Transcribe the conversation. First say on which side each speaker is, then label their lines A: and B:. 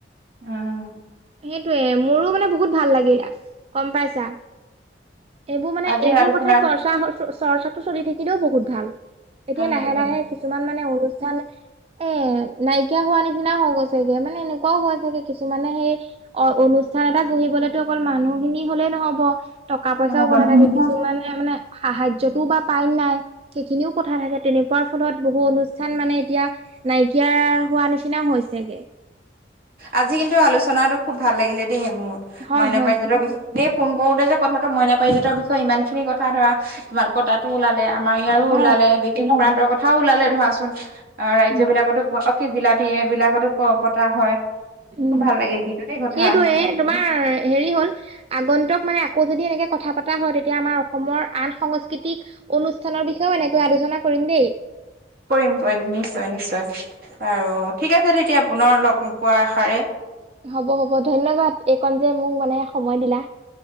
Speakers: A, on the right (about 55°); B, on the right (about 35°).
A: উম।
B: সেইটোৱে মোৰো মানে বহুত ভাল লাগিলে, গম পাইছা। এইবোৰ, মানে
A: আজিৰ
B: এইবোৰ
A: আলোচনাত
B: কথা চৰ্চা চৰ্চাটো চলি থাকিলেও বহুত ভাল। এতিয়া
A: ভাল
B: লাহে
A: লাগিব
B: লাহে কিছুমান মানে অনুষ্ঠান এ নাইকিয়া হোৱা নিচিনা হৈ গৈছেগে, মানে এনেকুৱাও হৈ চগে কিছুমানে, সেই অ' অনুষ্ঠান এটা গহিবলেতো অকল মানুহ খিনি হলেই নহব। টকা পইচাও
A: হ'ব
B: কথা
A: নহ'ব
B: থাকে, কিছুমানে মানে সাহা্যতটোও বা পাই নাই। সেইখিনিও কথা থাকে তেনেকুৱাৰ ফলত বহু অনুষ্ঠ চান মানে, এতিয়া নাইকিয়া হোৱা নিচিনাও হৈছেগে।
A: আজি কিন্তু আলোচনাটো খুব ভাল লাগিলে দেই মোৰ,
B: হয়
A: মইনা
B: হয়
A: পাৰিজাতৰ বিষ দেই ফোন কৰোতে যে কথাটো মইনা পাৰিজাতৰ বিষয়ে ইমান খিনি কথা ধৰা তোমালোকৰ তাতো ওলালে আমাৰ ইয়াৰো ওলালে,
B: অ
A: বিভিন্ন প্ৰান্তৰ কথাও ওলালে ধৰাচোন। অ' ৰাজ্য
B: উম
A: বিলাকতো প কি জিলা এই বিলাকতো পতা হয়।
B: উম,
A: খুব ভাল লাগিল কিন্তু দেই কথা
B: সেইটয়ে
A: পাতি।
B: তোমাৰ হেৰি হ'ল। আগন্তুক মানে আকৌ যদি এনেকৈ কথা পতা হয়, তেতিয়া আমাৰ অসমৰ আন সংস্কৃতিক অনুষ্ঠানৰ বিষয়েও এনেকৈ আলোচনা কৰিম দেই।
A: কৰিম কৰিম, নিশ্চয় নিশ্চয়। আৰু ঠিক আছে তেতিয়া পুনৰ লগ পোৱা আশাৰে
B: হ'ব হ'ব, ধন্যবাদ, এইকণ যে মোক মানে সময় দিলা।